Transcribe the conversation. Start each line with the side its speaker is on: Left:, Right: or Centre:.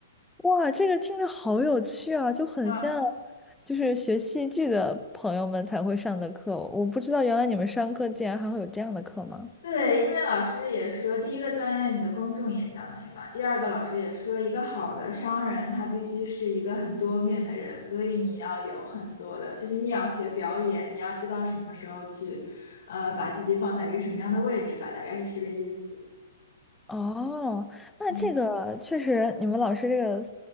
Centre: 哇，这个听着好有趣啊，就很像，
Left: 嗯。
Centre: 就是学戏剧的朋友们才会上的课。我不知道原来你们上课竟然还会有这样的课吗？
Left: 对，因为老师也说，第一个锻炼你的公众演讲能力嘛，第二个老师也说，一个好的商人他必须是一个很多面的人，所以你要有很多的，就是你也要学表演，你要知道什么时候去，呃，把自己放在一个什么样的位置吧，大概是这个意思。
Centre: 哦，那这个确实，
Left: 嗯，
Centre: 你们老师这个